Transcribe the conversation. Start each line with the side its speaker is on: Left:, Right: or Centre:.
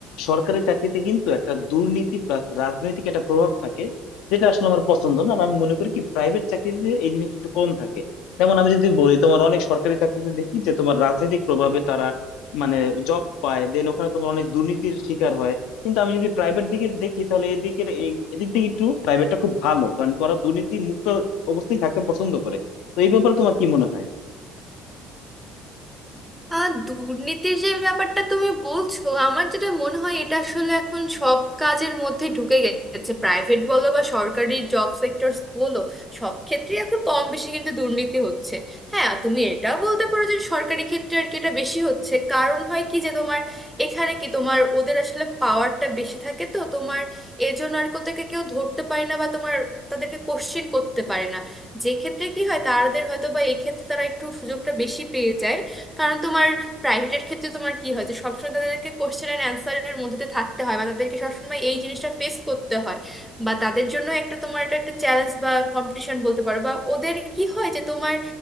Left: সরকারি চাকরিতে কিন্তু একটা দুর্নীতি প্লাস রাজনৈতিক একটা প্রভাব থাকে যেটা আসলে আমার পছন্দ না আর আমি মনে করি কি প্রাইভেট চাকরিতে এই জিনিসটা একটু কম থাকে যেমন আমি যদি বলি তোমার অনেক সরকারি চাকরিতে দেখি যে তোমার রাজনৈতিক প্রভাবে তারা মানে জব পায় দেন ওখানে তোমার অনেক দুর্নীতির শিকার হয় কিন্তু আমি যদি প্রাইভেট দিকে দেখি তাহলে এদিকের এই- এদিক থেকে একটু প্রাইভেটটা খুব ভালো কারণ ওরা দুর্নীতি মুক্ত অবস্থায় থাকতে পছন্দ করে তো এই ব্যাপারে তোমার কি মনে হয়
Centre: আহ দুর্নীতির যে ব্যাপারটা তুমি বলছো আমার যেটা মনে হয় এটা আসলে এখন সব কাজের মধ্যে ঢুকে গেছে প্রাইভেট বলো বা সরকারি জব সেক্টরস বলো সব ক্ষেত্রে এখন কম বেশি কিন্তু দুর্নীতি হচ্ছে হ্যাঁ তুমি এটা বলতে পারো যে সরকারি ক্ষেত্রে আর কি এটা বেশি হচ্ছে কারণ হয় কি যে তোমার এখানে কি তোমার ওদের আসলে পাওয়ারটা বেশি থাকে তো তোমার এজন্য আর কোথাকে কেউ ধরতে পারে না বা তোমার তাদেরকে কোশ্চেন করতে পারে না যে ক্ষেত্রে কি হয় তাদের হয়তো বা এই ক্ষেত্রে তারা একটু সুযোগটা বেশি পেয়ে যায় কারণ তোমার প্রাইভেটের ক্ষেত্রে তোমার কি হয় যে সবসময় তাদেরকে কোশ্চেন অ্যান্ড অ্যান্সারের মধ্যে দিয়ে থাকতে হয় বা তাদেরকে সবসময় এই জিনিসটা ফেস করতে হয় বা তাদের জন্য একটা তোমার এটা একটা চ্যালেঞ্জ বা কম্পিটিশন বলতে পারো বা ওদের কি হয় যে তোমার